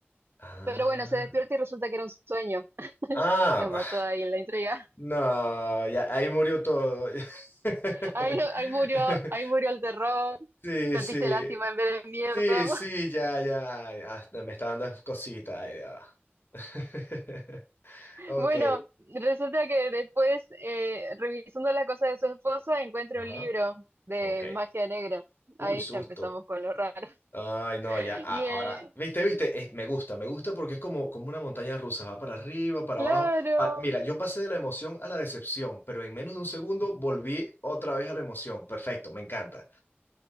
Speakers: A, on the left (about 55°); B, on the right (about 60°).
A: Ah,
B: Pero bueno, se despierta y resulta que era un sueño.
A: ah,
B: Nos
A: bah.
B: mató ahí en la entrega.
A: No, ya ahí murió todo. <laughs> Ya.
B: <laughs> Ahí, no, ahí murió, ahí murió el terror.
A: Sí,
B: Sentiste
A: sí,
B: lástima en vez de miedo.
A: sí,
B: <laughs>
A: sí, ya, ya, ay, hasta me está dando cositas, ay, ya va. <laughs> Ok,
B: Bueno, resulta que después, eh, revisando las cosas de su esposa, encuentra
A: ajá,
B: un libro de
A: ok.
B: magia negra.
A: Uy,
B: Ahí
A: susto.
B: ya empezamos con lo raro.
A: Ay, no,
B: <laughs>
A: ya, a-
B: Y
A: ahora,
B: eh,
A: viste,
B: eh,
A: viste, Es- me gusta, me gusta porque es como, como una montaña rusa, va para arriba, para
B: claro,
A: abajo. pa- Mira, yo pasé de la emoción a la decepción, pero en menos de un segundo volví otra vez a la emoción. Perfecto, me encanta.